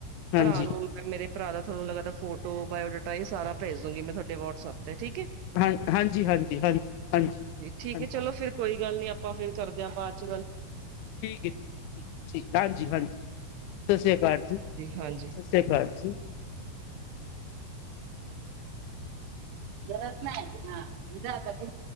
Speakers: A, on the left; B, on the right.
A: ਹਾਂਜੀ
B: ਭਰਾ ਨੂੰ। ਮੇ ਭਰਾ ਦਾ ਤੁਹਾਨੂੰ ਲਗਦਾ ਫੋਟੋ ਬਾਇਓਡਾਟਾ ਇਹ ਸਾਰਾੇਜ ਦੂੰਗੀ ਮੈਂ ਤੁਹਾਡੇ ਵਟਸਐਪ ਤੇ ਠੀਕ ਹੈ
A: ਹਾਂ, ਹਾਂਜੀ- ਹਾਂਜੀ -ਹਾਂਜੀ- ਹਾਂਜੀ -ਹਾਂਜੀ।
B: ਠੀਕ ਹੈ ਚਲੋ ਫਿਰ ਕੋਈ ਗੱਲ ਨੀ ਆਪਾਂ ਫੇਰ ਕਰਦੇ ਹਾਂ ਬਾਅਦ ਚ' ਗੱਲ।
A: ਠੀਕ ਹੈ, ਠੀਕ, ਠੀਕ, ਠੀਕ ਹਾਂਜੀ- ਹਾਂਜੀ ਸਤਿ ਸ੍ਰੀ ਅਕਾਲ ਜੀ।
B: ਹਾਂਜੀ-ਹਾਂਜੀ।
A: ਸਤਿ ਸ਼੍ਰੀ ਅਕਾਲ ਜੀ
B: ਗਰਜ ਨਾ ਹਾਂ, <unintelligible>